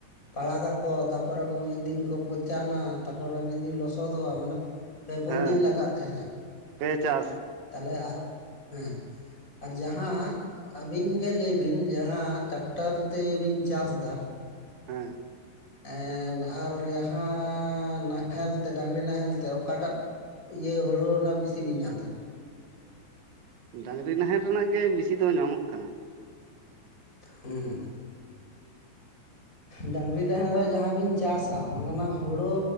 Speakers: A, on the left; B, on the right.
A: ᱯᱟᱲᱟᱜᱟ ᱠᱚ ᱛᱟᱨᱯᱚᱨᱮ ᱠᱚ ᱢᱤᱫ ᱫᱤᱱ ᱠᱚ ᱯᱚᱪᱟᱱᱟ ᱛᱟᱨᱯᱚᱨᱮ ᱢᱤᱫ ᱫᱤᱱ ᱞᱚᱥᱚᱫᱚᱜ-ᱟ ᱢᱟᱱᱮ ᱯᱮ ᱯᱩᱱ
B: ᱦᱮᱸ
A: ᱫᱤᱱ ᱞᱟᱜᱟᱜ ᱛᱟᱦᱮᱸᱜ-ᱟ
B: ᱯᱮ ᱪᱟᱥ
A: ᱛᱟᱦᱚᱞᱮ ᱟᱨ ᱦᱮᱸ ᱟᱨ ᱡᱟᱦᱟᱸ ᱟᱹᱵᱤᱱ ᱜᱮ ᱞᱟᱹᱭ ᱵᱤᱱ ᱡᱟᱦᱟᱸ ᱴᱨᱟᱠᱴᱟᱨ ᱛᱮᱵᱤᱱ ᱪᱟᱥᱫᱟ
B: ᱦᱮᱸ
A: ᱮᱸ ᱟᱨ ᱡᱟᱦᱟᱸ ᱱᱟᱦᱮᱞ ᱛᱮ ᱰᱟᱝᱨᱤ ᱱᱟᱦᱮᱞ ᱛᱮ ᱚᱠᱟᱴᱟᱜ ᱤᱭᱟᱹ ᱦᱩᱲᱩ ᱨᱮᱱᱟᱜ ᱵᱤᱥᱤ ᱞᱤᱧ ᱧᱟᱢ ᱫᱟ
B: ᱰᱟᱝᱨᱤ ᱱᱟᱦᱮᱞ ᱨᱮᱱᱟᱜ ᱜᱮ ᱵᱮᱥᱤ ᱫᱚ ᱧᱟᱢᱚᱜ ᱠᱟᱱᱟ
A: ᱦᱩᱸ ᱰᱟᱝᱨᱤ ᱱᱟᱦᱮᱞ ᱨᱮᱭᱟᱜ ᱡᱟᱦᱟᱸ ᱵᱤᱱ ᱪᱟᱥᱟ ᱚᱸᱰᱮᱱᱟᱜ ᱦᱩᱲᱩ